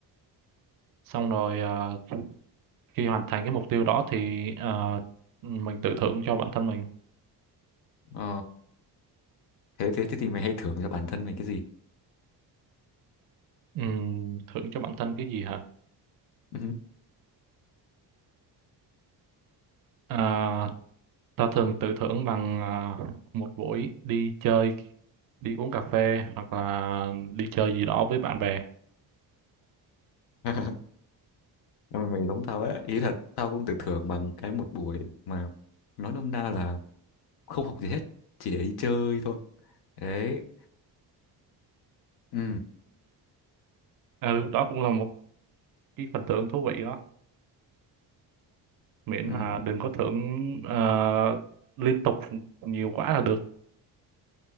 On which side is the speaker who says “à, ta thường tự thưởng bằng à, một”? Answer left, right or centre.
Right